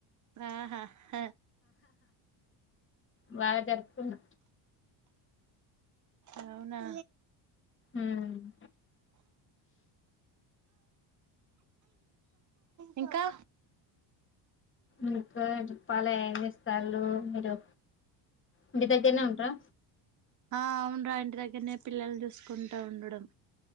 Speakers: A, on the right; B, on the left.
A: ఆహా హ
B: బా జరుపుకున్నా
A: అవునా
B: ఉమ్
A: ఇంకా
B: ఇంకా చెప్పాలే ఏం చేస్తాలు మీరు ఇంటి దగ్గరనే ఉంట్రా
A: ఆ అవున్ రా ఇంటి దగ్గరనే పిల్లల్ చూస్ కుంటా ఉండడం